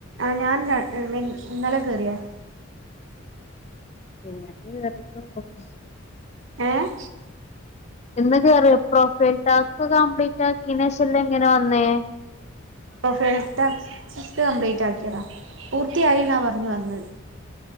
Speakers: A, on the right; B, on the left.
A: ആ ഞാൻ ഇന്നലെ കേറിയാ
B: <unintelligible>
A: ഏഹ്
B: എന്ന് കേറിയ എപ്പോ പ്രൊഫൈൽ ടാസ്ക് കംപ്ലീറ്റ് ആക്കിയതിനു ശേഷം അല്ലേ ഇങ്ങനെ വന്നേ
A: പ്രൊഫൈൽ ടാക്സ്ക് കംപ്ലീറ്റ് ആക്കിയതാ പൂർത്തിയായി എന്നാ പറഞ്ഞു വന്നത്